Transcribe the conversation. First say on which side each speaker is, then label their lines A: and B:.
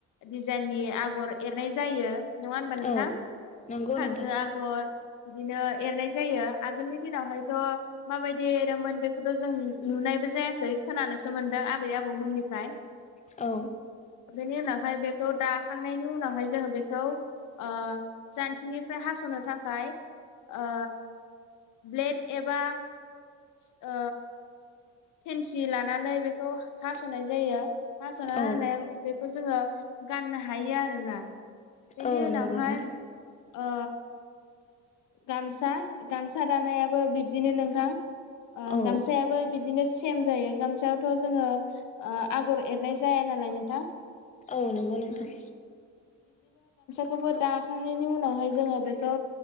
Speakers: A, on the left; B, on the left.
A: दिजाइननि आगर एरनाय जायो नङा होनबा नोंथां
B: औ नंगौ
A: हाजो
B: नोंथां
A: आगर बिदिनो एरनाय जायो आगोलनि दिनावहायथ' माबायदि एरोमोन बेखौथ' जों नुनायबो जायासै खोनानोसो मोनदों आबै आबौमोननि फ्राय
B: औ
A: बेेनि उनावहाय बे थ' दाखांनायनि उनावहाय जोङो बेखौ ओ जानथिनिफ्राय हास'नो थाखाय ओ ब्लेड एबा ओ खेनसि लानानै बेखौ हास'नाय जायो हसना
B: औ
A: नायनो बे खौ जोङो गाननो हायो आरो ना बेनि
B: औ
A: उनावहाय
B: नंगौ नोंथां
A: अ गामसा गामसा दानायाबो बिब्दिनो नोंथां ओ
B: औ
A: गामसायाबो बिदि बिदिनो सेम जायो गामसायावथ' जोङो ओ आगर एरनाय जाया नालाय नोंथां
B: औ नंगौ नोंथां
A: खौबो दाखांनायनि उनावहाय जोङो बेखौ